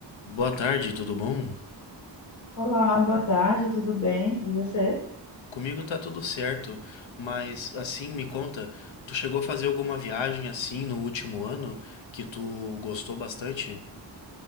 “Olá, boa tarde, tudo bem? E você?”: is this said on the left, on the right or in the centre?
Left